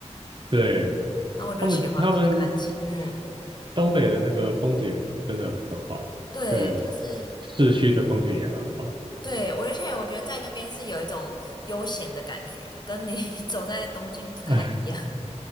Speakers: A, on the right; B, on the left.
A: 对，
B: 然后我就喜欢看看景，
A: 他们他们
B: 嗯，
A: 东北的那个风景真的很好，
B: 对，
A: 就连
B: 就是
A: 市区的风景也很好。
B: 对我，而且我觉得在那边是有一种悠闲的感觉，跟你 <laughs> 走在东京不太一样。
A: <laughs>